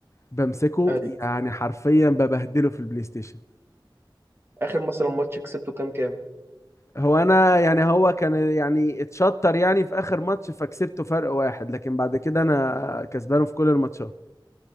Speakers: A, on the left; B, on the right.
A: بمسكه
B: اي
A: يعني حرفيا ببهدله في البلاي ستيشن
B: اخر مثلا ماتش كسبته كام كام
A: هو انا يعني هو كان يعني اتشطر يعني في اخر ماتش فكسبته فرق واحد لكن بعد كده انا كسبانه في كل الماتشات